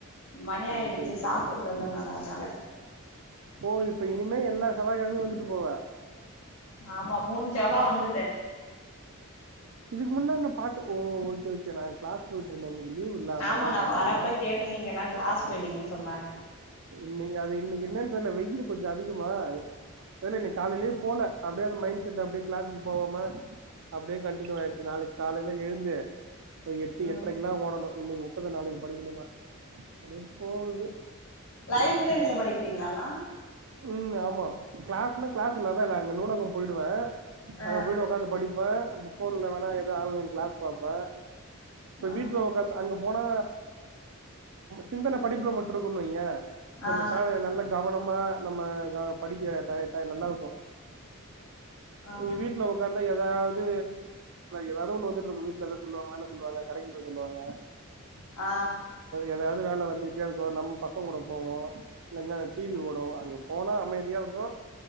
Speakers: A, on the left (about 75°); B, on the right (about 65°).
A: மணி ஆயிடுச்சு
B: ஓகே ஓகே
A: சாப்பிடலல்ல
B: ஓகே
A: நானு அதனால
B: ஒ இப்ப இனிமே எல்லா செவ்வாய் கிழமை வந்துட்டு போவா
A: ஆமா மூணு செவ்வா வந்துட்ட
B: இதுக்கு முன்னாங்க பா்த்த ஓ ஓகே ஓகே நா கிளஸ் போயிட்டுந்த அன்னைக்கி லீவ்ல அதனால
A: ஆமா
B: தா பார்த்த
A: வரப்ப
B: நா
A: கேட்டே நீங்க எல்லா கிளாஸ் போயிட்டீங்கன்னு சொன்னாங்க
B: இன்ன அது இன்னைக்கு என்னன்னு தெரியல வெயில் கொஞ்ச அதிகமா தெரியல நீ காலையிலயே போல அப்டியே அந்த மைண்ட் செட் அப்டியே கிளாஸ்க்கு போவாம அப்டியே கண்டினியூ ஆயிடுச்சு நாளைக்கு காலையில எழுந்து இப்ப எட்டு எட்டரைக்கெல்லா
A: ம்
B: ஓடணு இன்னைக்கு விட்டத நாளைக்கு படிக்கணுமா அதுப்போகுது
A: லைப்ரரியில படிக்கிறீங்களாண்ணா
B: ம் ஆமா கிளாஸ்ல்லா கிளாஸ் இல்லாதா அங்க நூலக போயிடுவ
A: ஆ
B: அங்க போயிட்டு உக்காந்து படிப்ப போன்ல வேணா ஏதாவது ஆன்லைன் கிளாஸ் பாப்பே இப்ப
A: ஆ
B: வீட்ல உக்காந்து அங்க போனா சிந்தன படிப்புல மட்டு இருக்குனு வைய கொஞ்ச
A: ஆ
B: கால நல்ல கவனமா நம்ம படிக்க நல்லா இருக்கு
A: ஆ
B: இங்க வீட் விட்ல உட்காந்தா ஏதாவது ஏதாவது ஒண்ணு வந்துட்டு இருக்கு வீட்ல ஏதாவது சொல்லுவாங்க சொல்லுவாங்க கடைக்கு போக சொல்லுவாங்க
A: ஆ
B: எதாவது வேல வந்துட்டேயே இருக்கு நம்ம பசங்க கூட போவோ இல்லன டிவி ஓடு அங்க போனா அமைதியா இருக்கு